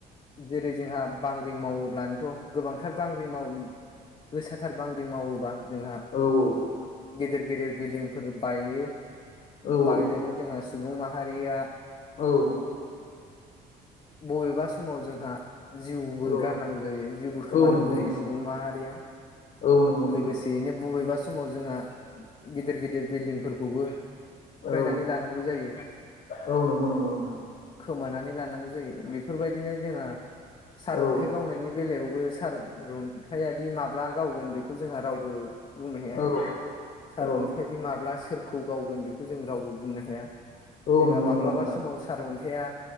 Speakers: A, on the left; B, on the left.
A: जेरै जोंहा बांग्रिं मावोब्लानथ गोबांथार बांग्रिं माव गोसाथार बांग्रिं मावोबा जोंहा
B: औ औ
A: गेदेर गेदेर बिल्डिंफोर बायो
B: औ
A: बायनानै जोंहा सुबुं माहारिया
B: औ
A: बबेबा समाव जोंहा जिउबो
B: औ
A: गारनांगौ जायो जिउबो खोमानांगौ
B: औ नंगौ
A: जायो
B: नंगौ
A: सुबुं
B: नोंथां
A: माहारिया
B: औ नंगौ नोंथां
A: लोगोसे बेनो बबेबा समाव जोंहा गिदिर गिदिर बिल्डिंफोरखौबो सिफायनानै
B: औ
A: लानांगौ जायो
B: औ नोंगौ नोंगौ नोंथां
A: खोमानानै लानांगौ जायो बेफोर बायदिनो जोंहा सारअन्थाइ
B: औ
A: गावनायनि बेलायावबो सार रन्थायादि माब्ला गावगोन बेखौ जोंहा रावबो बुंनो हाया
B: औ
A: सार
B: औ
A: अन्थाइयादि माब्ला सोरखौ गावगोन बेखौ जों रावबो बुंनो हाया
B: औ
A: जोंङो
B: नंगौ
A: माब्लाबा
B: नंगौ नोंथां
A: समाव सारअन्थाइया